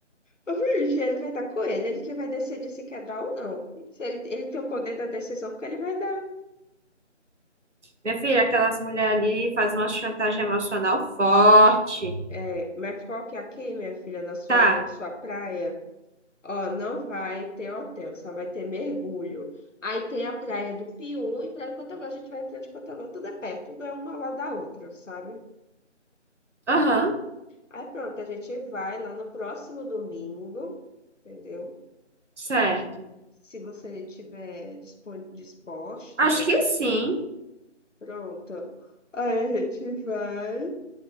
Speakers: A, on the left; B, on the right.
A: Mas um dia ele vai estar com ele, ele que vai decidir se quer dar ou não. Se ele, ele tem o poder da decisão, porque ele vai dar.
B: minha filha, aquelas mulheres ali fazem uma chantagem emocional forte.
A: É, mas qual que é aqui, minha filha, na sua,
B: Tá.
A: na sua praia? Ó, não vai ter hotel, só vai ter mergulho. Aí tem a praia do Pium e praia de Cotobá. A gente vai entrar de Cotobá, tudo é perto, tudo é uma lá da outra, sabe?
B: Aham,
A: Aí pronto, a gente vai lá no próximo domingo, entendeu?
B: certo.
A: Se você estiver dispon- disposta
B: Acho
A: a isso,
B: que sim.
A: pronto. Aí a gente vai,